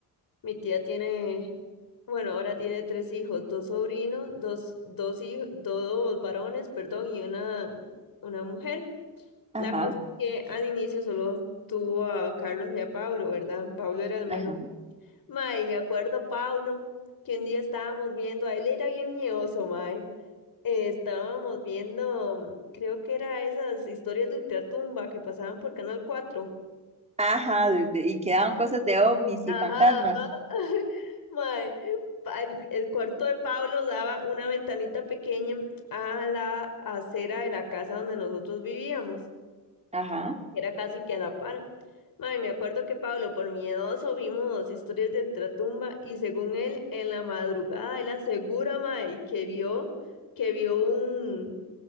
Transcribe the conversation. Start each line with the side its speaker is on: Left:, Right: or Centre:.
Left: mi tía tiene, bueno, ahora tiene tres hijos, dos sobrinos, dos, dos hijos, dos varones, perdón, y una, una mujer.
Right: Ajá,
Left: La cosa es que al inicio solo tuvo a Carlos y a Pablo, ¿verdad? Pablo era el
Right: ajá,
Left: menor. Mae, me acuerdo, Paulo, que un día estábamos viendo, a él era bien miedoso, mae. Eh, estábamos viendo, mm, creo que era esas historias de ultratumba que pasaban por Canal Cuatro.
Right: Ajá, de- de- y quedaban cosas de ovnis
Left: Ajá,
Right: y fantasmas.
Left: ajá. <laughs> Mae, pa- el, el cuarto de Pablo daba una ventanita pequeña a la acera de la casa donde nosotros vivíamos.
Right: ajá.
Left: Era casi que a la par. Mae, me acuerdo que Pablo, por miedoso, vimos historias del Tratumba y según él, en la madrugada, él asegura, mae, que vio, que vio un,